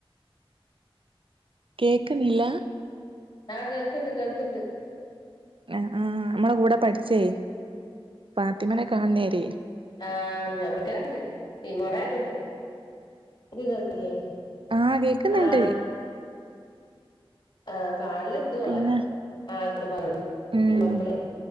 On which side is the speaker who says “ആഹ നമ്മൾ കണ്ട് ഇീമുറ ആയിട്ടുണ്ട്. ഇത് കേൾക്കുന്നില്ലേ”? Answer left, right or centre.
Left